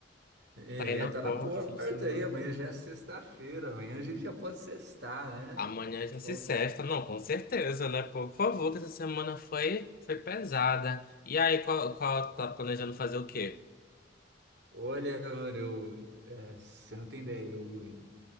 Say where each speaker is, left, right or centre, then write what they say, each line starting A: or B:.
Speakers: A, on the right (about 65°); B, on the left (about 55°).
A: É,
B: Tá aí na
A: tá
B: porta,
A: na porta
B: fim de semana.
A: aí, amanhã já é sexta-feira, amanhã a gente já pode sextar, né?
B: Amanhã já
A: Pô,
B: se sexta. Não, com certeza, né? Pô, Por favor, que essa semana foi, foi pesada. E aí, qual, qual tá planejando fazer o quê?
A: Olha, mano, eu, é, você não tem ideia, eu, é,